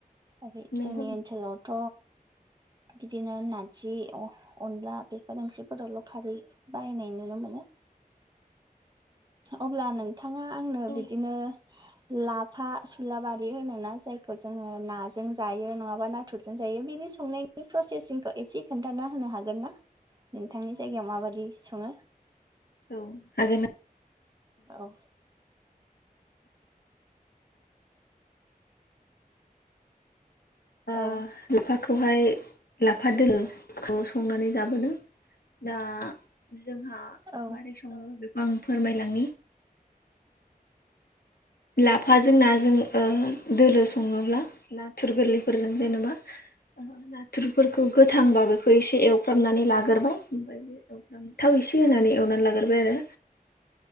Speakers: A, on the right; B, on the left.
A: ओरै
B: नंगौ
A: जोंनि ओनसोलावथ बिदिनो नारजि अनला बेफोर ओंख्रिफोरावल खारै बाहायनाय नुनो मोनो। अब्ला नोंथाङा आंनो
B: नोंथां
A: बिदिनो। लाफा सुलाबारि होनो। ना जायखौ जोङो नाजों जायो नङाबा नाथुरजों जायो बिनि संनायनि प्रसेसिंखौ एसे। खोन्थाना होनो हागोन ना नोंथांनि जायगायाव माबादि। बिदि सङो
B: औ हागोन
A: औ। औ।
B: ओ लाफाखौहाय लाफा दोलोखौ संनानै जाबोदों। दा जोंहा
A: औ
B: माबोरै सङो बेखौ आं फोरमाय लांनि लाफाजों नाजों दोलो सङोब्ला नाथुर गोरलैफोरजों जेनबा नाथुरफोरखौ गोथांबा बेखौ एसे एवफ्रामनानै लाग्रोबाय ओमफ्राय बे थाव एसे होनानै एवनानै लाग्रोबाय आरो।